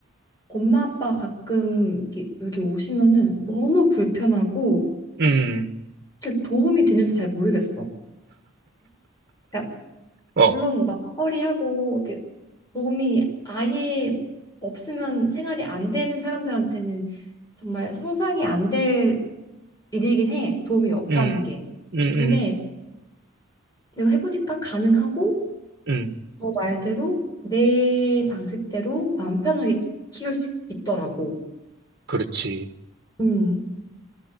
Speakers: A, on the left (about 15°); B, on the right (about 50°).
A: 엄마 아빠가 가끔 이렇게 여기 오시면은 너무 불편하고
B: 음,
A: 사실 도움이 되는지 잘 모르겠어. 그러니까
B: 어,
A: 물론 맞벌이하고 이렇게 도움이 아예 없으면 생활이 안 되는 사람들한테는 정말 상상이 안 될 일이긴 해. 도움이 없다는
B: 음,
A: 게.
B: 음, 음.
A: 근데 내가 해보니까 가능하고
B: 음.
A: 너 말대로 내 방식대로 마음 편하게 키울 수 있더라고.
B: 그렇지.
A: 음,